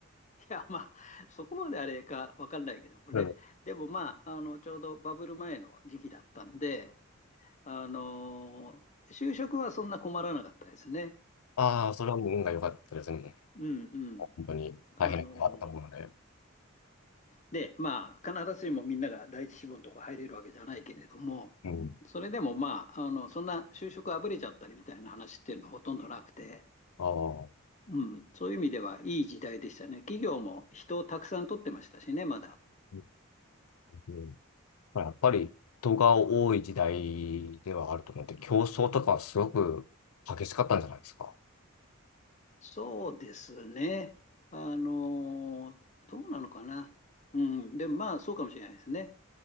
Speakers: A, on the left; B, on the left.
A: いや、まあ、そこまであれかわかんないけどもね。
B: でも、
A: でも、まあ、あの、ちょうどバブル前の時期だったんで、あの、就職はそんな困らなかったですね。
B: ああ、それはもう運が良かったですね。
A: うんうん。
B: 本当に大変なことがあったと思うので、
A: あので、まあ、必ずしもみんなが第一志望のとこ入れるわけじゃないけれども、
B: うん。
A: それでもまあ、あの、そんな就職あぶれちゃったりみたいな話っていうのはほとんどなくて、
B: ああ、
A: うん、そういう意味ではいい時代でしたね。企業も人をたくさん取ってましたしね、まだ。
B: うんうんまあやっぱり人が多い時代ではあると思って、競争とかすごく激しかったんじゃないですか。
A: そうですね。あの、どうなのかな。うん、でもまあ、そうかもしれないですね。